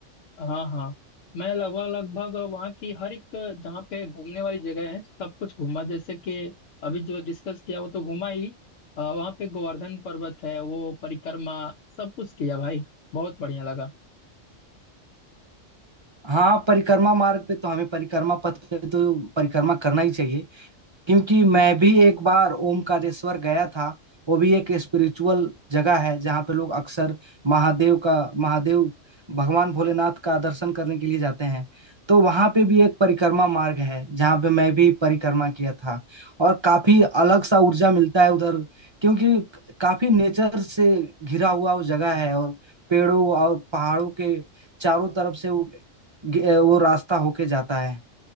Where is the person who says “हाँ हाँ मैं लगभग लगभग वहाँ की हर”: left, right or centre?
Left